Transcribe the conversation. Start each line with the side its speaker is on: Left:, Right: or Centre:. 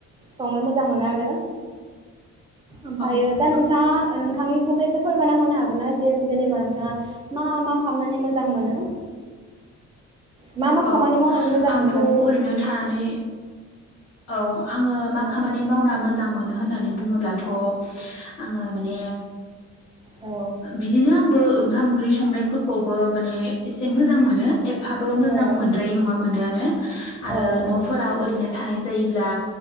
Right: संनो मोजां मोनो आरो ओमफायो
Left: औ औ
Right: दा नोंथाङा नोंथांनिखौबो एसे फोरमानना होनो हागोन ना जे नेबा नोंथाङा मा मा खालामनानै मोजां मोनो? मा मा
Left: औ
Right: खामानि मावनानै मोजां
Left: आंथ'
Right: मोनो माने
Left: ओरैनो थानानै औ आङो मा
Right: औ
Left: खामानि मावना मो मोजां मोनो होननानै बुङोब्लाथ' आङो माने
Right: औ
Left: बिदिनो आंबों ओं खाम ओंख्रि संनायफोरखौबो माने एसे मोजां मोनो एफाबो मोजां
Right: औ
Left: मोनद्राय नङा मोनोआनो आरो
Right: औ
Left: न'फोराव
Right: औ
Left: ओरैनो थानाय जायोब्ला